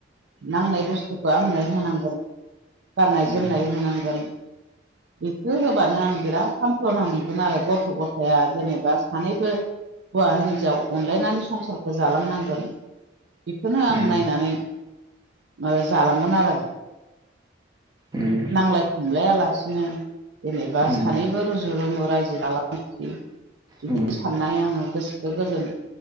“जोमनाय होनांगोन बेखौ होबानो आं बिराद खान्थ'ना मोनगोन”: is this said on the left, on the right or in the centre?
Right